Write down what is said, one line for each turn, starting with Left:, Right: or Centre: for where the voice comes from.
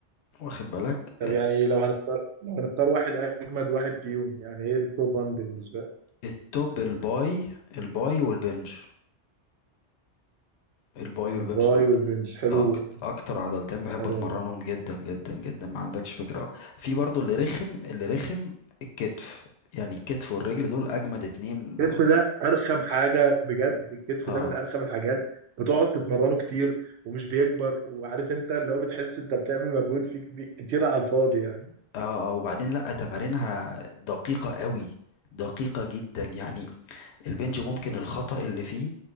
Left: واخد بالك
Right: طب يعني لو هنختار لو هنختار واحد اجمد واحد فيهم يعني ايه التوب 1 بالنسبه لك
Left: التوب الباي الباي والبنج الباي والبنج
Right: الباي
Left: دول
Right: والبنش حلو
Left: أكت اكتر عضلتين بحب
Right: حلو
Left: اتمرنهم جدا جدا جدا ما عندكش فكرة في برضو اللي رخم اللي رخم الكتف يعني الكتف والرجل دول اجمد اتنين
Right: الكتف
Left: اه
Right: ده ارخم حاجه بجد الكتف
Left: اه,
Right: ده من ارخم الحاجات بتقعد تتمرنه كتير ومش بيكبر وعارف انت اللي هو بتحس انت بتعمل مجهود فيه كبي- كتير على الفاضي يعني
Left: آه وبعدين لا تمارينها دقيقة قوي دقيقة جدا يعني البنج ممكن الخطأ اللي فيه